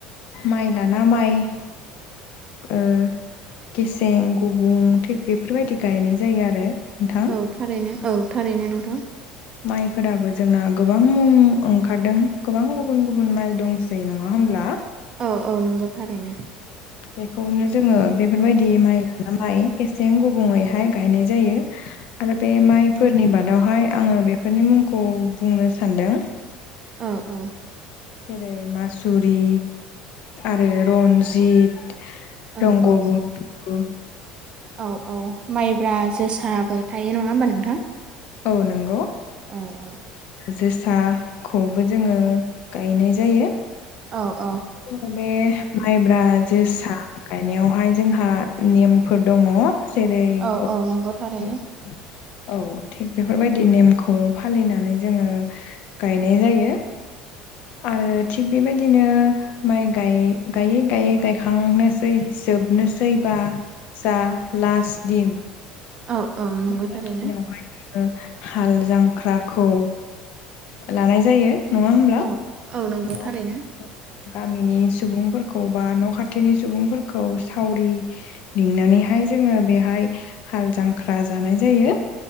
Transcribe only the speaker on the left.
माइ लाना माइ ओ गेसें गुबुं थिग बेफोरबायदि गायनाय जायो आरो। नोंथां
माइफोराबो जोंना गोबां मुं ओंखारदों गोबां गुबुन गुबुन माइ दंसै नङा होमब्ला।
बेखौनो जोङो बेफोरबायदि माइ लाना माइ गेसें गुबुंङैहाय गायनाय जायो। आरो बे माइफोरनि बादावहाय आङो बेफोरनि मुंखौ बुंनो सानदों।
जेरै मासुरि आरो रन्जित रंग
बन्दु
औ नोंगौ।
जोसाखौबो जोङो गायनाय जायो।
जों बे माइब्रा जोसा गायनायावहाय जोंहा नेमफोर दङ जेरै
गसाइ औ थिग बेफोरबायदि नेमखौ फालिनानै जोङो गायनाय जायो। आरो थिग बेबायदिनो माइ गायै गायै गायै गायखांनोसै जोबनोसैबा जा लास्ट दिन
बे
दिनावहाय ओ हाल जांख्राखौ लानाय जायो नङा होमब्ला?
बेयाव
गामिनि सुबुंफोरखौ बा न' खाथिनि सुबुंफोरखौ सावरि लिंना नैहाय जोङो बेहाय हाल जांख्रा जानाय जायो।